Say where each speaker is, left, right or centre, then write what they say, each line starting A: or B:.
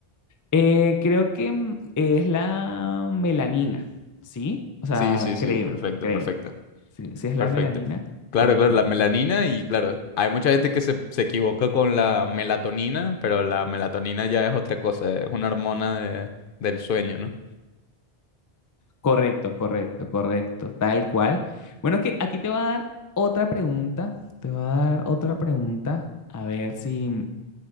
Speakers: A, on the left; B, on the left.
A: eh, creo que mm, es la melanina, ¿sí? O sea,
B: Sí, sí, sí,
A: creo,
B: perfecto,
A: creo.
B: perfecto,
A: Sí, sí es
B: perfecto.
A: la melanina.
B: Claro,
A: Ok,
B: claro, la melanina y claro, hay mucha gente que se, se equivoca con la melatonina, pero la melatonina ya es otra cosa, es una hormona de- del sueño, ¿no?
A: Correcto, correcto, correcto, tal cual. Bueno, que aquí te va a dar otra pregunta, te va a dar otra pregunta, a ver si,